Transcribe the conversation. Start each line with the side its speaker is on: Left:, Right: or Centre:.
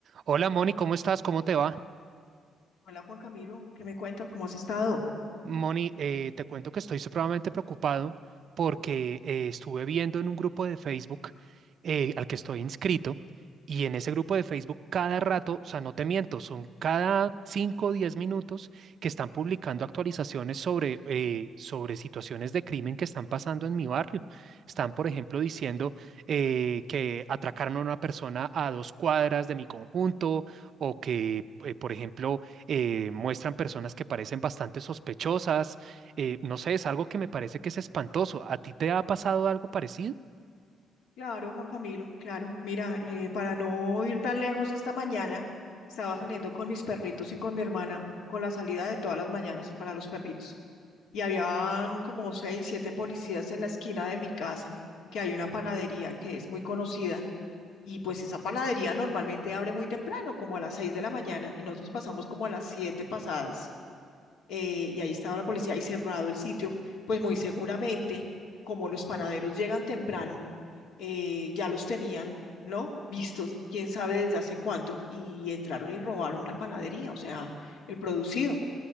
Right: Hola Moni, ¿cómo estás? ¿Cómo te va?
Left: Hola Juan Camilo, ¿qué me cuentas? ¿Cómo has estado?
Right: Moni, eh, te cuento que estoy supremamente preocupado porque eh, estuve viendo en un grupo de Facebook eh, al que estoy inscrito y en ese grupo de Facebook cada rato, o sea, no te miento, son cada 5 o 10 minutos que están publicando actualizaciones sobre, eh, sobre situaciones de crimen que están pasando en mi barrio. Están, por ejemplo, diciendo eh, que atracaron a una persona a dos cuadras de mi conjunto o que, eh, por ejemplo, eh, muestran personas que parecen bastante sospechosas. eh, no sé, es algo que me parece que es espantoso. ¿A ti te ha pasado algo parecido?
Left: Claro, Juan Camilo, claro. Mira, eh, para no ir tan lejos esta mañana, estaba saliendo con mis perritos y con mi hermana con la salida de todas las mañanas para los perritos. Y habían como seis, siete policías en la esquina de mi casa, que hay una panadería que es muy conocida. Y pues esa panadería normalmente abre muy temprano, como a las seis de la mañana, y nosotros pasamos como a las siete pasadas eh, y ahí estaba la policía y cerrado el sitio, pues muy seguramente, como los panaderos llegan temprano, eh, ya los tenían, ¿no? Vistos, quién sabe desde hace cuánto, y entraron y robaron la panadería, o sea, el producido.